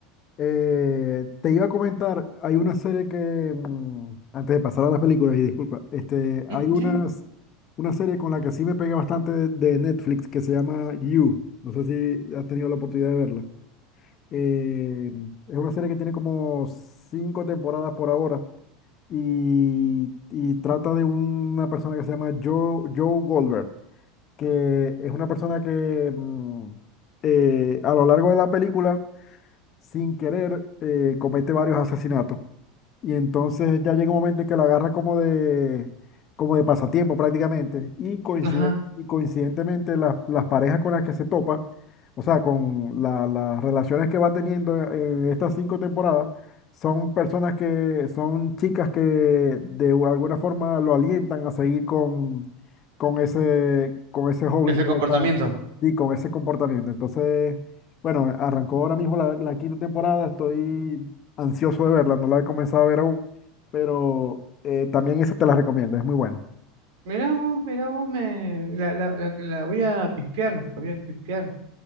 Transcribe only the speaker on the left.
Eh, te iba a comentar, hay una serie que, mm, antes de pasar a las películas, y disculpa, este,
hay unas,
una serie con la que sí me pegué bastante de, de Netflix que se llama You. No sé si has tenido la oportunidad de verla. Eh, es una serie que tiene como cinco temporadas por ahora y, y trata de una persona que se llama Joe, Joe Goldberg, que es una persona que mm, eh, a lo largo de la película sin querer, eh, comete varios asesinatos. Y entonces ya llega un momento en que lo agarra como de, como de pasatiempo prácticamente. Y, coincide-
y coincidentemente las, las parejas con las que se topa, o sea, con la- las relaciones que va teniendo en estas cinco temporadas, son personas que son chicas que de alguna forma lo alientan a seguir con, con ese, con ese hobby
que
él está, y con ese comportamiento. Entonces, bueno, arrancó ahora mismo la, la quinta temporada, estoy ansioso de verla, no la he comenzado a ver aún, pero eh, también esa te la recomiendo, es muy buena,